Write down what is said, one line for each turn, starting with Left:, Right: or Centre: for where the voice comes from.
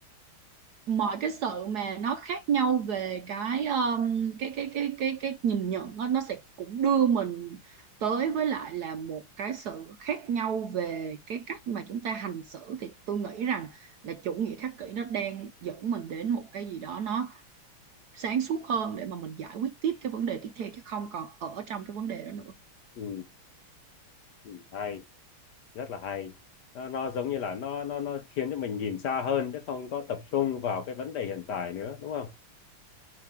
Right: mọi cái sự mà nó khác nhau về cái um, cái cái cái cái cái nhìn nhận đó, nó sẽ cũng đưa mình tới với lại là một cái sự khác nhau về cái cách mà chúng ta hành xử thì tôi nghĩ rằng là chủ nghĩa khắc kỷ nó đang dẫn mình đến một cái gì đó nó sáng suốt hơn để mà mình giải quyết tiếp cái vấn đề tiếp theo chứ không còn ở trong cái vấn đề đó nữa
Left: ừ, ừ, hay rất là hay nó, nó giống như là nó nó nó khiến cho mình nhìn xa hơn chứ không có tập trung vào cái vấn đề hiện tại nữa đúng không